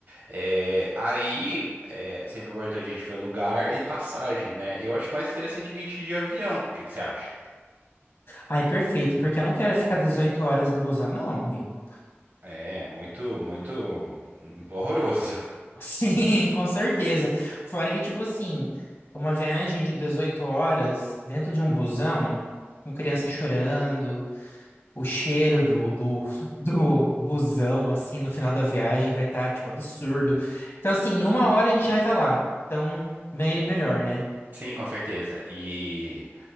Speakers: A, on the right; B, on the left.
A: É, aí é sempre importante a gente ver lugar e passagem, né? Eu acho mais interessante a gente ir de avião. O que que você acha?
B: Ai, perfeito, porque eu não quero ficar 18 horas no busão, não, amigo.
A: É muito, muito horroroso.
B: <laughs> Sim, com certeza. Fora que, tipo assim, uma viagem de 18 horas dentro de um busão, com criança chorando, o cheiro do, do, <laughs> do busão, assim, no final da viagem vai estar, tipo, absurdo. Então, assim, em uma hora a gente já vai estar lá. Então, bem melhor, né?
A: Sim, com certeza. E,